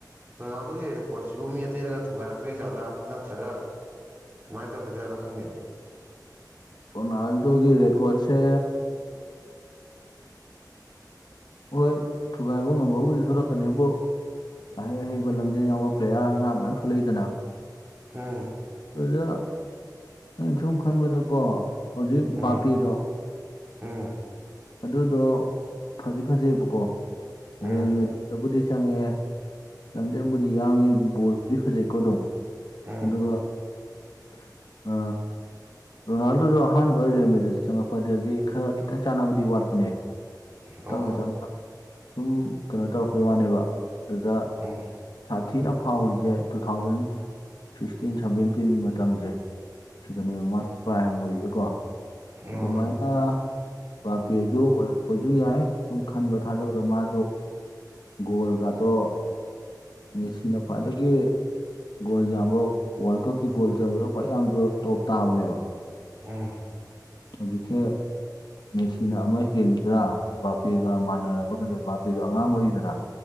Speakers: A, on the right (about 30°); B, on the left (about 80°).
A: ꯔꯣꯅꯥꯜꯗꯣꯒꯤ ꯔꯦꯀꯣꯔꯠꯁꯤꯕꯨ ꯃꯤ ꯑꯇꯩꯅꯒ ꯊꯨꯒꯥꯏꯔꯛꯇꯣꯏ ꯖꯠꯂꯥ ꯅꯠꯇ꯭ꯔꯒ ꯀꯃꯥꯏꯅ ꯇꯧꯔꯈꯤꯗꯨꯢꯖꯠꯅꯣ ꯈꯪꯗꯦꯅꯦ
B: ꯔꯣꯅꯥꯜꯗꯣ ꯀꯤ ꯔꯦꯀꯣꯠꯁꯦ ꯍꯣꯏ ꯊꯨꯒꯥꯏꯕ ꯉꯝꯕꯕꯨꯗꯤ ꯊꯣꯛꯂꯛꯀꯅꯤꯕꯨ ꯑꯍꯩ ꯑꯍꯩꯕ ꯂꯝꯖꯦꯜ ꯌꯥꯎꯕ ꯄ꯭ꯂꯦꯌꯥꯔ ꯑꯉꯥꯡ ꯃꯌꯥꯝ ꯊꯣꯛꯂꯛꯏꯗꯅ
A: ꯑꯥ
B: ꯑꯗꯨꯖꯣ <inaudible> ꯅꯪ ꯁꯨꯝ ꯈꯟꯕꯗ ꯀꯣ ꯍꯧꯖꯤꯛ
A: ꯎꯝ
B: ꯕꯥꯄꯤꯗꯣ
A: ꯎꯝ
B: ꯑꯗꯨꯗꯣ ꯐꯗꯤ ꯐꯖꯩꯑꯦꯕꯀꯣ ꯔꯤꯌꯦꯜꯃꯦꯇꯔꯤꯛꯗꯕꯨꯗꯤ
A: ꯎꯝ
B: ꯆꯪꯉꯛꯑꯦ ꯂꯝ ꯆꯪꯕꯨꯗꯤ ꯌꯥꯡꯉꯤ ꯕꯣꯜꯕꯨꯗꯤ ꯐꯖꯩꯀꯣ ꯑꯗꯨꯝ
A: ꯎꯝ
B: ꯑꯗꯨꯒ ꯑ ꯔꯣꯅꯥꯜꯗꯣꯁꯨ ꯑꯍꯥꯟꯕ ꯔꯦꯃꯦꯗꯤꯗ ꯆꯪꯉꯛꯄꯗꯗꯤ ꯈꯔ ꯈꯤꯇꯪ ꯆꯥꯅꯕꯗꯤ ꯋꯥꯠꯄꯅꯦ
A: ꯑꯣ
B: ꯇꯞꯅ ꯇꯞꯅ ꯁꯨꯝ ꯀꯩꯅꯣ ꯇꯧꯔꯛꯄꯩ ꯋꯥꯅꯦꯕ ꯑꯗꯨꯗ
A: ꯎꯝ
B: ꯁꯥꯊꯤꯅ ꯐꯥꯎꯔꯤꯁꯦ ꯇꯨ ꯊꯥꯎꯖꯟ ꯁꯤꯛꯁꯇꯤꯟ ꯁꯚꯦꯟꯇꯤꯟ ꯔ ꯇꯤꯟ ꯃꯇꯝꯁꯦ ꯁꯤꯗꯅꯦꯕ ꯃꯥ ꯄ꯭ꯔꯥꯏꯝ ꯃꯔꯤꯁꯦꯀꯣ
A: ꯎꯝ
B: ꯑꯗꯨ
A: ꯑꯣ
B: ꯃꯥꯏꯅ ꯕꯥꯄꯦꯁꯨ ꯑꯣꯏꯔꯛꯄꯁꯨ ꯌꯥꯏ ꯁꯨꯝ ꯈꯟꯕ ꯊꯥꯖꯕꯗ ꯃꯥꯁꯨ ꯒꯣꯜꯒꯗꯣ ꯃꯦꯁꯤꯅ ꯈ꯭ꯋꯥꯏꯗꯒꯤ ꯒꯣꯜ ꯌꯥꯝꯕ ꯋꯥꯔꯜ ꯀꯞꯀꯤ ꯒꯣꯜ ꯆꯕꯗꯣ ꯈ꯭ꯋꯥꯏ ꯌꯥꯝ ꯇꯣꯞ ꯇꯥꯕꯅꯦꯕ
A: ꯎꯝ
B: ꯍꯧꯖꯤꯊꯦ ꯃꯦꯁꯤꯅ ꯑꯃ ꯍꯦꯜꯂꯤꯕ꯭ꯔꯥ ꯕꯥꯄꯦꯒ ꯃꯥꯟꯅꯔꯕ ꯀꯗ ꯕꯥꯕꯦꯗꯣ ꯑꯉꯥꯡ ꯑꯣꯏꯔꯤꯗꯅ